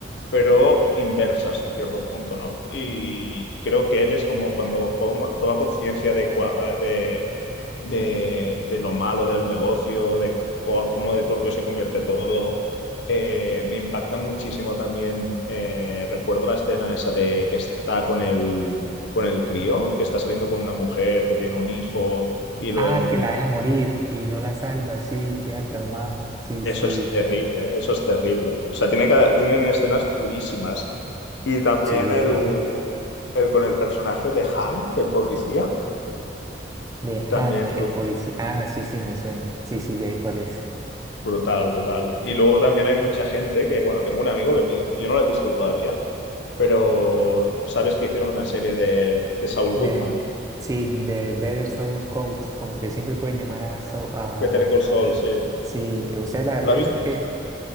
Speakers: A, on the left; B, on the right.
A: pero inversas en cierto punto, ¿no? Y creo que él es como cuando como toma conciencia de, cua- de, de, de lo malo del negocio, de co- cómo de turbio se convierte todo. Eh, me impacta muchísimo también, eh, recuerdo la escena esa de que está con el, con el crío, que está saliendo con una mujer que tiene un hijo y lo...
B: Ah,
A: em-
B: que la deja morir y no la salva, sí, queda traumado. Sí,
A: eso
B: sí,
A: es terrible, eso es terrible. O sea, tiene cada- tienen escenas durísimas. Y también
B: sí,
A: el,
B: claro.
A: el con el personaje de Hank, el policía,
B: De
A: también
B: Hank,
A: brutal,
B: el policía. Ah, sí, sí, me suena. Sí, sí, ya sé cuál es.
A: brutal, brutal. Y luego también hay mucha gente que, bueno, tengo un amigo que me dice, yo no lo he visto todavía, pero tú sabes que hicieron una serie de, de Saul
B: De,
A: Goodman,
B: sí, de Better Soul Calls, como que siempre puede llamar a... Saul- a,
A: Better Call
B: a-
A: Saul, sí.
B: sí, o sea, la
A: ¿Tú
B: verdad,
A: la viste
B: eh,
A: esta?